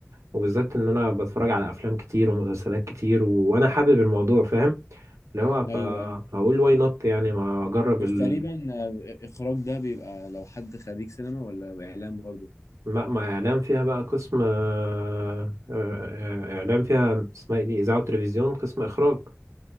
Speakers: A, on the right; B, on the left.
A: وبالذات ان انا بتفرج على افلام كتير ومسلسلات كتير و... وانا حابب الموضوع فاهم اللي هو فهقول
B: أيوة أيوة
A: واي نوت يعني ما اجرب
B: مش
A: ال...
B: تقريبا آه، إخراج ده بيبقى لو حد خريج سينما ولا إعلام برضه
A: ما ما اعلام فيها بقى قسم آه، آه، آه، اعلام فيها اسمها ايه دي اذاعه وتلفزيون قسم اخراج